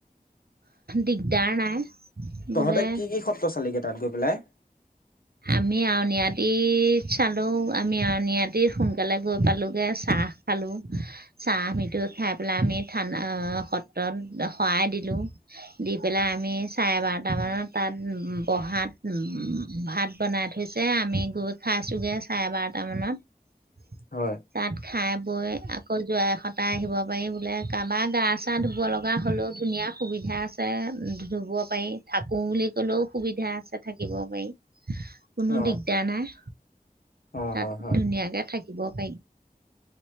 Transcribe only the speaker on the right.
দিগদাৰ নাই। বোলে
আমি আউনীআটীত চালোঁ, আমি আউনীআটী সোনকালে গৈ পালোগে চাহ খালোঁ। চাহ মিটো খাই পেলাই আমি থান সত্ৰত শৰাই দিলোঁ। দি পেলাই আমি চাৰে বাৰটামানত তাত বহাত ভাত বনাই থৈছে, আমি গৈ খাইছোঁগে চাৰে বাৰটা মানত।
তাত খাই বৈ আকৌ জোৰাই সতাই আহিব পাৰি, বোলে কাৰোবাৰ গা চা ধুব লগা হ'লেও ধুনীয়া সুবিধা আছে ধুব পাৰি। থাকোঁ বুলি ক'লেও সুবিধা আছে থাকিব পাৰি। কোনো
দিগদাৰ নাই,
তাত
ধুনীয়াকে থাকিব পাৰি।